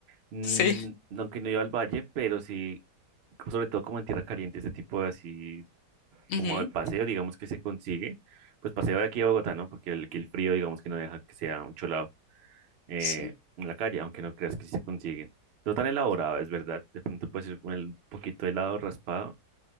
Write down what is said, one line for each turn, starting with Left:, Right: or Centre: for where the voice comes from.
Right: Mm,
Left: Sí,
Right: aunque no iba al valle, pero sí, sobre todo como en tierra caliente, ese tipo de así,
Left: ujú,
Right: como de paseo, digamos que se consigue. Pues paseo de aquí a Bogotá, ¿no? Porque el, aquí el frío, digamos que no deja que sea un cholado. eh,
Left: sí.
Right: en la calle, aunque no creas que sí se consiguen. No tan elaborado, es verdad. De pronto puedes ir con el- un poquito de helado raspado